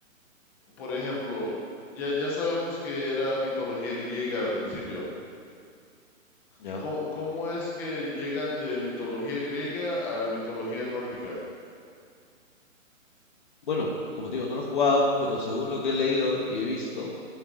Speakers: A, in the centre; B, on the left (about 35°).
A: por ejemplo, ya, ya sabemos que era mitología griega al principio?
B: ¿Ya?
A: ¿Cómo, cómo es que llegan de mitología griega a mitología nórdica?
B: Bueno, como te digo, no lo he jugado, pero según lo que he leído y he visto,